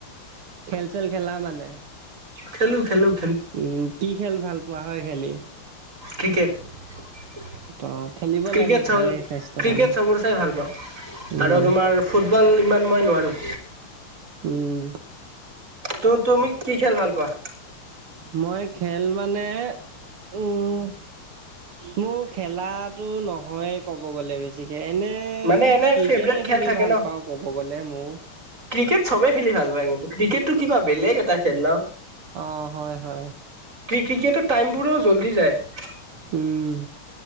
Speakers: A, on the right; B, on the right.
A: খেল চেল খেলা মানে
B: খেলোঁ খেলোঁ
A: উম, কি খেল ভাল পোৱা হয় খেলি?
B: ক্ৰিকেট ক্ৰিকেট,
A: অ খেলিব লাগে
B: চাওঁ,
A: ভালে স্বাস্থ্যৰ
B: ক্ৰিকেট
A: কাৰণে
B: চবৰে চাই ভাল পাওঁ
A: উম
B: আৰু তোমাৰ ফুটবল ইমান মই নোৱাৰোঁ
A: উম।
B: ত, তুমি কি খেল ভাল পোৱা?
A: মই খেল মানে, উম মোৰ খেলাটো নহয় ক'ব গ'লে বেছি ঠিকে, এনে
B: মানে এনে
A: ক্ৰিকেটে
B: ফেভৰেট খেল
A: খেলি
B: থাকে
A: ভাল
B: ন
A: পাওঁ ক'ব গ'লে মও
B: ক্ৰিকেট চবে খেলি ভাল পায় কিন্তু, ক্ৰিকেটটো কিবা বেলেগ এটা খেল ন?
A: অ', হয়, হয়।
B: ক্ৰিকেটৰ টাইম বোৰো জল্দি যায়
A: উম।